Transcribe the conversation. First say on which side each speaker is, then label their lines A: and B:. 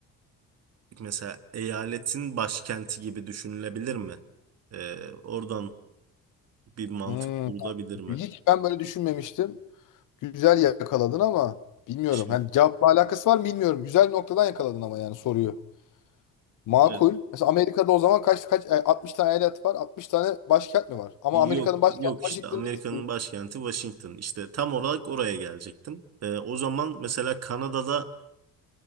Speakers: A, on the right; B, on the left.
A: e, mesela eyaletin başkenti gibi düşünülebilir mi? E, oradan bir mantık
B: Hmm.
A: kurulabilir mi?
B: Hiç ben böyle düşünmemiştim. Güzel yakaladın ama bilmiyorum.
A: E, Şimdi
B: Hani cevapla alakası var mı bilmiyorum. Güzel bir noktadan yakaladın ama yani soruyu. Makul.
A: evet.
B: Mesela Amerika'da o zaman kaç kaç e, 60 tane eyalet var, 60 tane başkent mi var? Ama
A: Yok
B: Amerika'nın başkenti
A: yok işte
B: Washington
A: Amerika'nın
B: DC.
A: başkenti Washington. İşte tam olarak oraya gelecektim. Ee, o zaman mesela Kanada'da